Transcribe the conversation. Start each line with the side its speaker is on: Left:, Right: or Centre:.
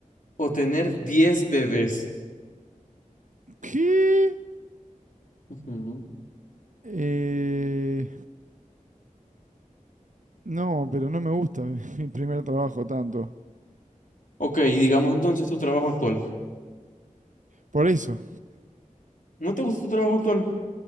Left: o tener 10 bebés?
Right: ¿Qué?
Left: Ujú.
Right: Eh, no, pero no me gusta <laughs> mi primer trabajo tanto.
Left: Ok, digamos entonces tu trabajo actual.
Right: Por eso.
Left: ¿No te gusta tu trabajo actual?